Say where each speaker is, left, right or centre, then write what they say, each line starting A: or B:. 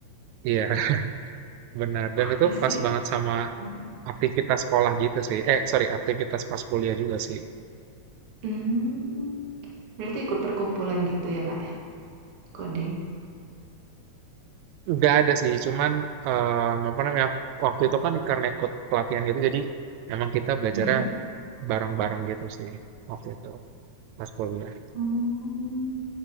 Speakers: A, on the right; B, on the right.
A: iya <laughs> benar dan itu
B: Pasti.
A: pas banget sama
B: Mm-mm.
A: aktivitas sekolah gitu sih eh sorry aktivitas pas kuliah juga sih
B: Hmm. Berarti ikut perkumpulan gitu ya, Kak ya, coding.
A: nggak ada sih cuman em, apa namanya waktu itu kan karena ikut pelatihan gitu jadi emang kita belajarnya
B: Mm-mm.
A: bareng-bareng gitu sih waktu itu pas kuliah
B: Hmm.